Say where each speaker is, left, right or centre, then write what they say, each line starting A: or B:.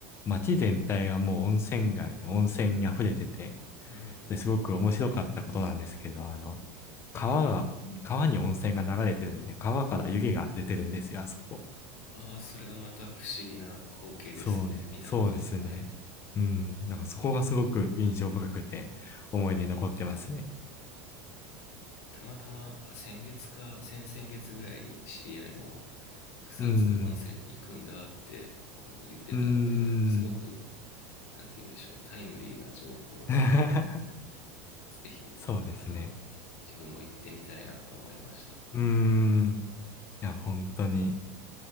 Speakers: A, on the left; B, on the left.
A: う、街全体がもう温泉街で温泉に溢れてて、
B: うん、うん、
A: ですごく面白かったことなんですけど、あの、川が、
B: はい
A: 川に温泉が流れてるんで、川から湯気が出てるんですよ、あそこ。
B: ああ、それはまた不思議な光景ですね。
A: そうです、
B: 見たことのない。
A: そうですね。うん、なんかそこがすごく印象深くて、思い出に残ってますね。
B: うん。たまたま、あ先月か先々月ぐらいに知り合いも草津温泉に行くんだってこう言ってたので、
A: うん、うーん。
B: すごく、なんて言うんでしょう、タイムリーな情報で、
A: <laughs>
B: ぜひ、
A: そうですね。
B: あの、自分も行ってみたいなと思いました。
A: うーん。いや、本当に、